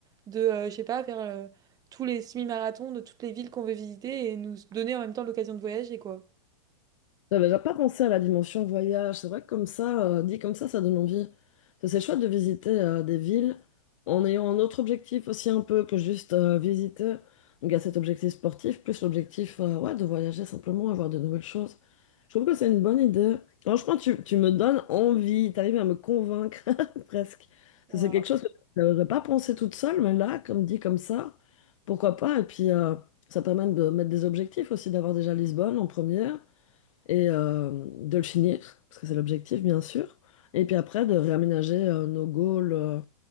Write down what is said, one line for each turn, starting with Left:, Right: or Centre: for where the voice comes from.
Right: de euh, je sais pas, faire euh, tous les semi-marathons de toutes les villes qu'on veut visiter et nous donner en même temps l'occasion de voyager, quoi.
Left: J'avais déjà pas pensé à la dimension voyage. C'est vrai que comme ça, euh, dit comme ça, ça donne envie. Ça, C'est chouette de visiter euh, des villes en ayant un autre objectif aussi un peu que juste euh, visiter. Donc il y a cet objectif sportif, plus l'objectif euh, ouais, de voyager simplement, avoir de nouvelles choses. Je trouve que c'est une bonne idée. Franchement, tu, tu me donnes envie, tu arrives à me convaincre <laughs> presque.
Right: Waouh.
Left: Ça, C'est quelque chose que je n'aurais pas pensé toute seule, mais là, comme dit comme ça, pourquoi pas. Et puis euh, ça permet de mettre des objectifs aussi, d'avoir déjà Lisbonne en première et euh, de le finir, parce que c'est l'objectif, bien sûr. Et puis après, de réaménager euh, nos goals euh,